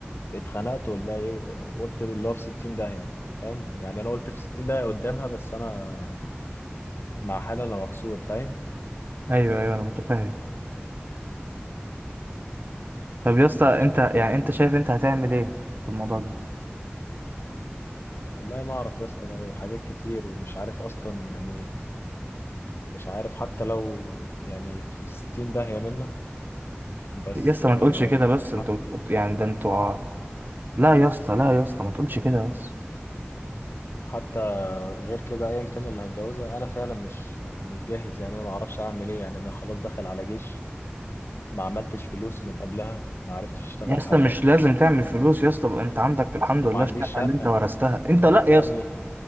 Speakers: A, on the left; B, on the right.
A: اتخنقت ولا ايه قلت اللي هو في 60 داهيه فاهم يعني انا قلت في 60 داهيه قدامها بس انا يعني مع حالي انا مكسور فاهم
B: ايوه ايوه انا متفاهم طب يا اسطى انت
A: مش عارف
B: يعني انت شايف انت هتعمل ايه في الموضوع ده
A: والله ما اعرف يا اسطى بقى وحاجات كتير ومش عارف اصلا يعني مش عارف حتى لو يعني في الستين داهية منا بس
B: يا اسطى
A: آه،
B: ما تقولش كده بس انت
A: حت-
B: بت- يعني ده انتوا ع- لا يا اسطى لا يا اسطى ما تقولش كده بس
A: حتى غير كده ايا كان اللي هتجوزها انا فعلا مش مش جاهز يعني انا ما اعرفش اعمل ايه يعني انا خلاص داخل على جيش ما عملتش فلوس من قبلها ما عرفتش اشتغل
B: يا اسطى
A: حاجة
B: مش لازم تعمل
A: آه،
B: فلوس يا اسطى بقى انت عندك الحمد
A: وما
B: لله
A: عنديش
B: الشقه
A: شقة
B: اللي انت ورثتها انت لا يا
A: يا
B: اسطى
A: ابني